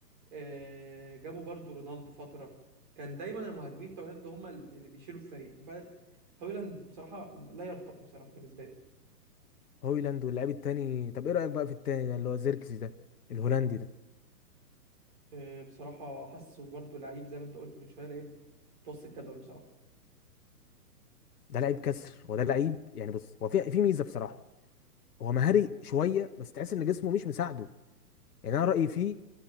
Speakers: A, on the right; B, on the left.
A: آه، جابوا برضو رونالدو فترة كان دايما المهاجمين بتوع اليونايتد هم اللي بيشيلوا الفريق ف- هويلاند بصراحة لا يرتقي بصراحة بالنسبة لي
B: هويلاند واللعيب التاني طب ايه رايك بقى في التاني ده اللي هو زيركسي ده الهولندي ده
A: آه، بصراحة حاسه برضو لعيب زي ما انت قلت من شوية لعيب متوسط الجدول بصراحة
B: ده لعيب كسر وده لعيب يعني بص هو في في ميزه بصراحه هو مهاري شويه بس تحس ان جسمه مش مساعده يعني انا رايي فيه